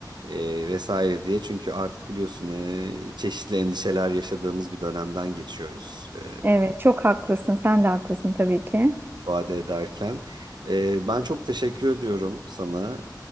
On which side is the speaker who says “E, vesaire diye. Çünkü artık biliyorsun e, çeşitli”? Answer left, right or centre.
Right